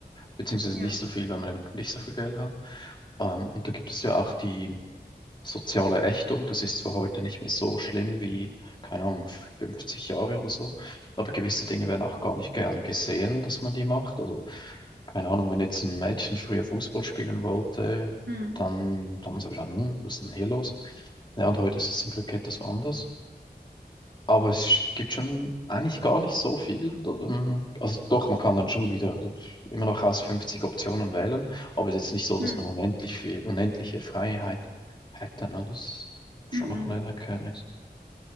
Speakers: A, on the left (about 25°); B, on the right (about 80°).
A: beziehungsweise
B: Ja.
A: nicht so viel, wenn man eben nicht so viel Geld hat. Ähm, und da gibt es ja auch die soziale Ächtung. Das ist zwar heute nicht mehr so schlimm wie, keine Ahnung, 50 Jahre oder so, aber gewisse Dinge werden auch gar nicht gern gesehen, dass man die macht. Also, keine Ahnung, wenn jetzt ein Mädchen früher Fußball spielen wollte,
B: Mm,
A: dann, dann haben sie gesagt, "Hm, was ist denn hier los? Ja, und heute ist es zum Glück etwas anders. Aber es gibt schon eigentlich gar nicht so viel. Da- ähm, Also doch, man kann dann schon wieder also immer noch aus 50 Optionen wählen, aber es ist jetzt nicht so, dass
B: mm,
A: man unendlich viel, unendliche Freiheit hätte. Ne? Das ist schon
B: mm, mm.
A: noch eine
B: mm.
A: Erkenntnis.